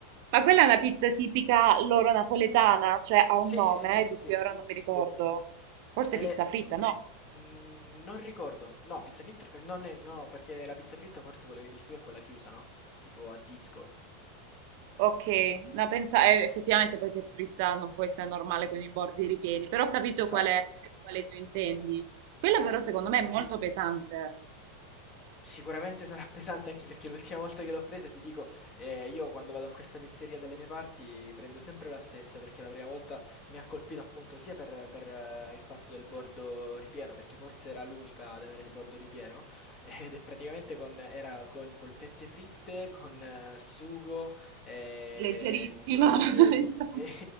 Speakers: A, on the right; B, on the left.
A: Ma quella è una pizza tipica loro napoletana, cioè ha
B: Sì,
A: un nome
B: sì, sì, sì, sì,
A: eh, di
B: sì.
A: cui ora non mi ricordo. Forse
B: Eh,
A: pizza fritta, no?
B: mm, non ricordo. No, pizza fritta, eh, non è, no, perché la pizza fritta forse quella che dici tu è quella chiusa, no? Tipo a disco.
A: Ok, no, pensa, eh, effettivamente poi se è fritta non può essere normale con i bordi ripieni, però ho capito
B: Esatto.
A: quale, quale tu intendi. Quella
B: Eh,
A: però secondo me è molto pesante.
B: Sicuramente sarà <laughs> pesante anche perché l'ultima volta che l'ho presa, ti dico, eh, io quando vado a questa pizzeria dalle mie parti prendo sempre la stessa perché la prima volta mi ha colpito appunto sia per, per, eh, il fatto del bordo ripieno, perché forse era l'unica ad avere il bordo ripieno, <laughs> ed è praticamente con, era con polpette fritte, con eh, sugo, ehm,
A: leggerissima,
B: sì,
A: <laughs> insomma.
B: <laughs> e